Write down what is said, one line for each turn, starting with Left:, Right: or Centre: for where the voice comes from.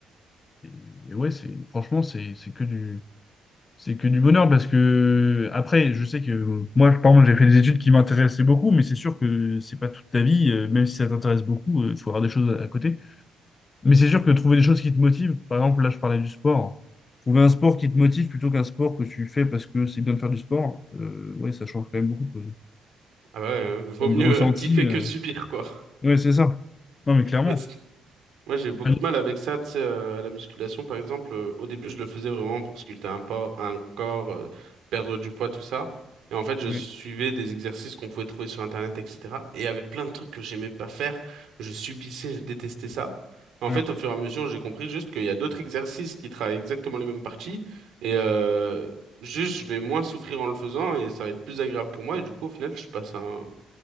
Left: et, et ouais, c'est franchement, c'est c'est que du, c'est que du bonheur parce que, après, je sais que moi, par exemple, j'ai fait des études qui m'intéressaient beaucoup, mais c'est sûr que c'est pas toute ta vie, euh, même si ça t'intéresse beaucoup, il faut avoir des choses à, à côté. Mais c'est sûr que trouver des choses qui te motivent, par exemple, là, je parlais du sport. Trouver un sport qui te motive plutôt qu'un sport que tu fais parce que c'est bien de faire du sport, euh, ouais, ça change quand même beaucoup de choses.
Right: Ah bah ouais, euh, vaut
Left: En termes
Right: mieux
Left: de ressenti.
Right: euh, kiffer
Left: euh,
Right: que subir, quoi.
Left: Ouais, c'est ça. Non, mais clairement.
Right: <laughs> Moi, j'ai eu beaucoup
Left: Allez,
Right: de mal avec ça, tu sais, euh, à la musculation, par exemple. euh, au début, je le faisais vraiment pour sculpter un, por- un corps, euh, perdre du poids, tout ça. Et en fait, je
Left: Ouais,
Right: suivais des exercices qu'on pouvait trouver sur Internet, etc. Et il y avait plein de trucs que j'aimais pas faire. Je subissais, je détestais ça. En
Left: ouais.
Right: fait, au fur et à mesure, j'ai compris juste qu'il y a d'autres exercices qui travaillent exactement les mêmes parties. Et euh, juste, je vais moins souffrir en le faisant et ça va être plus agréable pour moi. Et du coup, au final, je passe un